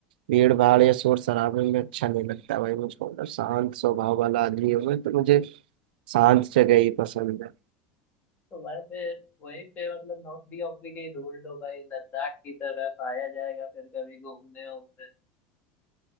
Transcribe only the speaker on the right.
भीड़ भाड़ या शोर शराबे में अच्छा नहीं लगता भाई मुझको मतलब शांत स्वभाव वाला आदमी हूँ मैं तो मुझे शांत जगह ही पसंद है